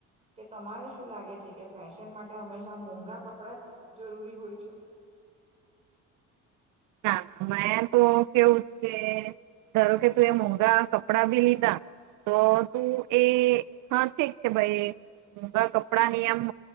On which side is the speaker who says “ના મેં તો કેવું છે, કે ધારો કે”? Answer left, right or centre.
Right